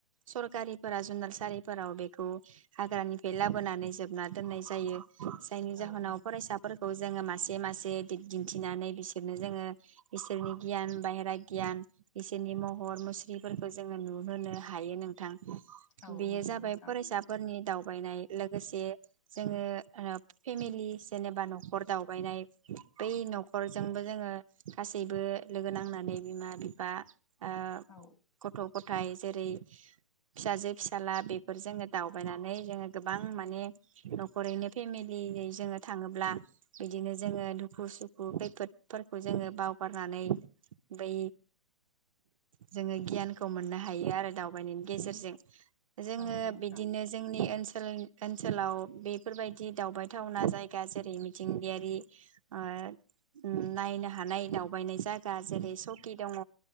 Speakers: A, on the right; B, on the left.
A: सरकारनिफोरा जुनालसालिफोराव बेखौ हाग्रानिफ बे लाबोनानै जोबना दोननाय जायो। जायनि
B: औ
A: जाहोनाव
B: औ
A: फरायसाफोर खौ जोङो मासे मासे दि-दिन्थिनानै बिसोरनो जोङो बिसोरनि गियान बायेरा गियान बिसोरनि महर मुस्रिफोरखौ जोङो नुहोनो हायो नोंथां।
B: औ
A: बेयो
B: नंगौ
A: जाबाय
B: नोंथां
A: फरायसाफोरनि दाउ दावबायनाय लोगोसे जोङो ओ फेमिलि जेनेबा न'खर दावबायनाय बै नखरजोंबो जोङो गासैबो लोगो नांनानै बिमा बिफा ओ
B: औ
A: गथ गथाय जेरै फिसाजो फिसाला बेफोर जोङो दावबायनानै जोङो गोबां माने न'खरैनो फेमिलियैनो जोङो थाङोब्ला बिदिनो जोङो दुखु सुखु खैफोदफोरखौ जोङो बावगारनानै बै जोङो गियानखौ मोननो हायो आरो दावबायनायनि गेजेरजों। जोङो
B: औ नोंथां
A: बिदिनो जोंनि ओनसोल ओनसोलाव बेफोरबायदि दावबायथावना जायगा जेरै मिथिंगायारि ओ उम नायनो हानाय दावबायनाय जायगा जेरै सकि दङ